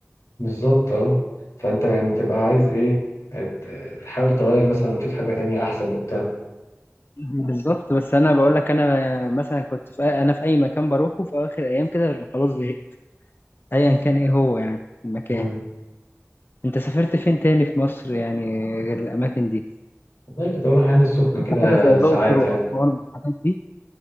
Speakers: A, on the left; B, on the left.
A: بالظبط أهو فأنت يعني تبقى عايز إيه ت- تحاول تغير مثلا وتشوف حاجة تانية أحسن وبتاع
B: <laughs> بالظبط بس انا بقول لك انا مثلا كنت في انا في اي مكان بروحه في اخر ايام كده ببقى خلاص زهقت ايا كان ايه هو يعني المكان
A: مم.
B: انت سافرت فين تاني في مصر يعني غير الاماكن دي
A: والله كنت بروح عين السخنة
B: سافرت
A: كده
B: حاجه زي الاقصر
A: ساعات
B: واسوان
A: يعني
B: والحاجات دي